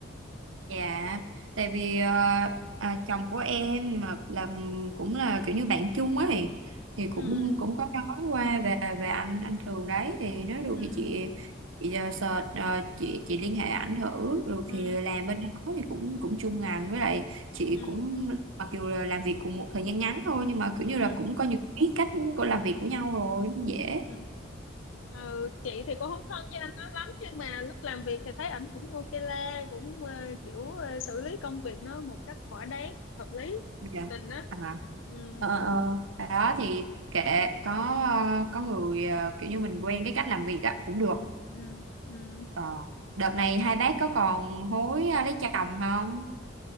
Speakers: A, on the right (about 85°); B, on the left (about 80°).
A: Dạ, tại vì ờ, à, chồng của em mà là ừ, cũng là kiểu như bạn chung ấy thì thì cũng
B: Ừ
A: cũng có nói qua về về anh anh Tường đấy thì nếu được
B: ừ
A: thì chị chị ờ, search ờ, chị chị liên hệ ảnh thử được
B: ừ
A: thì làm bên đó thì cũng cũng chung ngành với lại chị
B: ừ
A: cũng mặc dù là làm việc cùng một thời gian ngắn thôi nhưng mà kiểu như
B: ừ
A: là
B: ừ.
A: cũng coi như biết cách của làm việc của nhau rồi cũng dễ.
B: Ừ. Ờ, chị thì cũng không thân với anh nó lắm nhưng mà lúc làm việc thì thấy ảnh cũng ok la cũng ờ, kiểu ờ, xử lý công việc nó một cách thỏa đáng hợp lý
A: Dạ.
B: hợp tình đó
A: À.
B: ừ
A: ờ ờ ờ. đó thì kệ có ờ, có người ờ, kiểu như mình quen cái cách làm việc á cũng được
B: ừ ừ
A: ờ đợt này hai bác có còn hối ờ, lấy chồng không